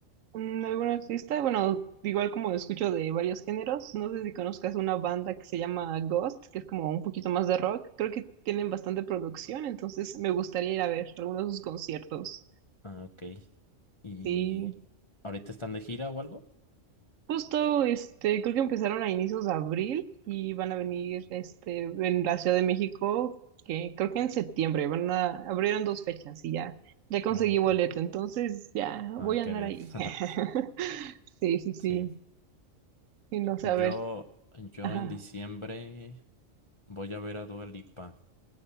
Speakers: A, on the right; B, on the left.
A: Mm, ¿Algún artista? Bueno, igual como escucho de varios géneros, no sé si conozcas una banda que se llama Ghost, que es como un poquito más de rock. Creo que tienen bastante producción, entonces me gustaría ir a ver algunos de sus conciertos.
B: Ah, ok. ¿Y
A: Sí.
B: ahorita están de gira o algo?
A: Justo, este, creo que empezaron a inicios de abril y van a venir, este, en la Ciudad de México, que creo que en septiembre van a, abrieron dos fechas y ya, ya conseguí
B: Ah, ok.
A: boleto, entonces ya
B: Ah,
A: voy a
B: qué
A: andar
B: bien.
A: ahí.
B: <laughs>
A: <laughs> Sí, sí, sí,
B: Sí.
A: y no sé,
B: Yo,
A: a ver,
B: yo
A: ajá,
B: en diciembre voy a ver a Dua Lipa.